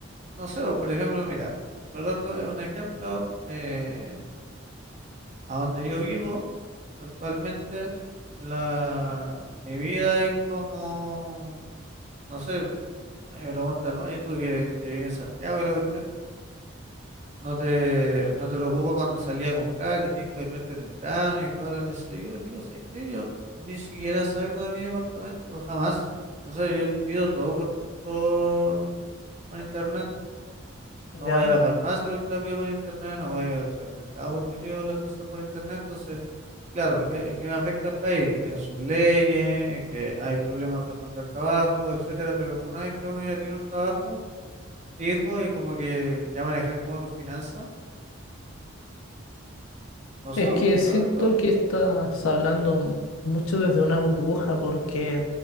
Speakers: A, on the right; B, on the left.
A: no sé, o por ejemplo, mira, por rato es un ejemplo, eh, a donde yo vivo actualmente, la, mi vida es como, no sé, a mí me preguntan, oye, tú que, que vives en Santiago y la cuestión. No te, no te preocupes cuando salí a comprar, que tienes que volverte temprano y todas las leches. Yo le digo, ¿sabes qué? Yo ni siquiera salgo de mi departamento, jamás. O sea, yo pido todo por, por, por internet. No
B: ¿ya?
A: voy a la farmacia porque la pido por internet, no voy al supermercado porque pido las cosas por internet. Entonces, claro, ¿qué- ¿en qué me afecta al país? En sus leyes, en que hay problemas para encontrar trabajo, etcétera. Pero una vez que uno ya tiene un trabajo fijo y como que ya manejáis como tus finanzas, no sé,
B: Es
A: o
B: que
A: sea,
B: siento que estás hablando mucho desde una burbuja porque